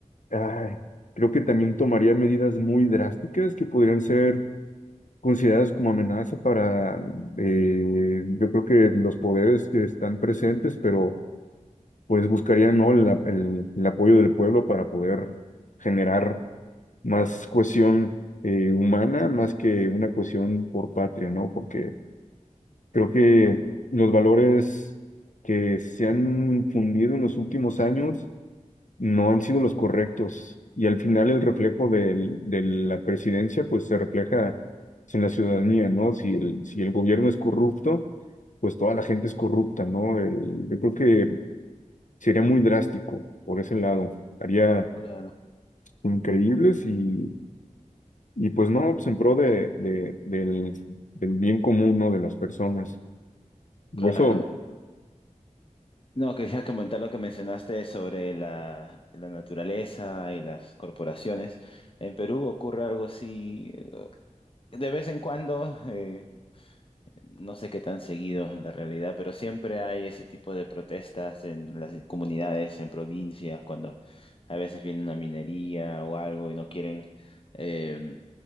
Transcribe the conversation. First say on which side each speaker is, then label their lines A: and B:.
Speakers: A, on the left (about 70°); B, on the left (about 45°).
A: ay, creo que también tomaría medidas muy drásticas que podrían ser consideradas como amenaza para, eh, yo creo que los poderes que están presentes, pero pues buscarían, ¿no? la- el, el apoyo del pueblo para poder generar más cohesión eh, humana, más que una cohesión por patria, ¿no? Porque creo que los valores que se han fundido en los últimos años no han sido los correctos. Y al final el reflejo del- de la presidencia, pues se refleja pues, en la ciudadanía, ¿no? Si el, si el gobierno es corrupto, pues toda la gente es corrupta, ¿no? El- yo creo que sería muy drástico por ese lado. Haría
B: claro.
A: increíbles y, y pues no, pues en pro de, de- del, del bien común, ¿no? De las personas.
B: Claro.
A: Por eso...
B: No, quería comentar lo que mencionaste sobre la, la naturaleza y las corporaciones. En Perú ocurre algo así de vez en cuando, eh, no sé qué tan seguido en la realidad, pero siempre hay ese tipo de protestas en las comunidades, en provincias, cuando a veces viene una minería o algo y no quieren eh,